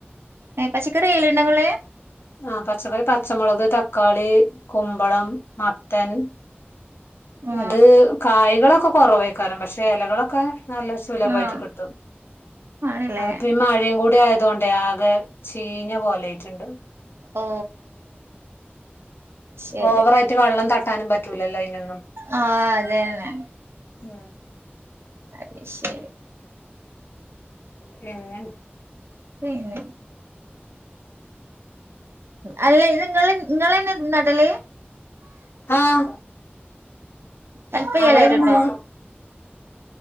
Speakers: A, on the right; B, on the left.
A: എ പച്ചക്കറിയ്യ്ല്ണ്ടൊ ങ്ങള്
B: ആ പച്ചക്കറി പച്ചമുളക് തക്കാളി കുമ്പളം മത്തൻ
A: ഉം
B: അത് കായ്കളൊക്കെ കൊറവയ്കാരംപക്ഷെ ഇലകളൊക്കെ നല്ല സുലഭായിട്ട്
A: ആഹ്
B: കിട്ടും
A: ആണല്ലേ
B: അതിപ്പോ ഈ മഴയും കൂടി തുകൊണ്ട് ആകെ ചീഞ്ഞ പോലെയിട്ടുണ്ട്
A: ഓ ശരി
B: ഓവറായിട്ട് വള്ളം തട്ടാനും പറ്റൂലല്ലോ അതിനൊന്നും
A: ആഹ അതെന്നെ
B: ഉം
A: അതെ ശരി
B: പിന്ന
A: ന്നെ അല്ല ത് ങ്ങള് ഇങ്ങളന്നെ നടല്
B: ആഹ
A: ഹെൽപ് ചെയ്യലായിട്ടുണ്ടോ
B: അവിടെരു മൂന്ന്